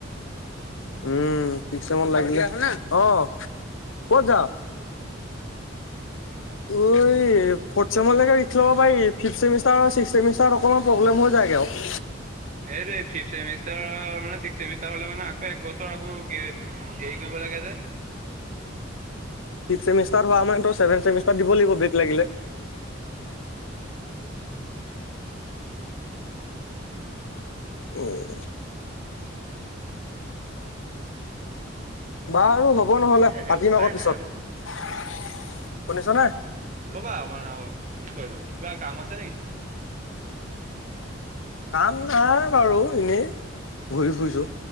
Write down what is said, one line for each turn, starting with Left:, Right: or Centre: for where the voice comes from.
Left: উম ঠিকছে মন লাগিলে, অ কত যাওঁ। অইইই। ফৌৰ্থছেম ল'ব পাৰি। ফিফ্থ চেমিষ্টাৰত অকণমান প্ৰব্লেম হৈ যায়গে আৰু।
Right: সেই দেই, ফিফ্থ চেমিষ্টাৰ মানে ছিক্সথ চেমিষ্টাৰ হ'লে মানে আকৌ এক বছৰ আকৌ। হেৰি কৰিব লাগে যে।
Left: ফিফ্থ চেমিষ্টাৰ হ'লে মানে ছেভেন্থ চেমিষ্টাৰ দিব লাগিব, বেক লাগিলে। উম। বা আৰু হ'ব নহ'লে
Right: তাকেহে
Left: পাতিম
Right: উপায়
Left: অকমান পিছত।
Right: নাই অ
Left: শুনিছ নে-
Right: ৰ'বা আমাৰ অল কি কৰিব কিবা কাম আছে নেকি-
Left: কাম নাই বাৰু এনেই ঘূৰি ফুৰিছোঁ।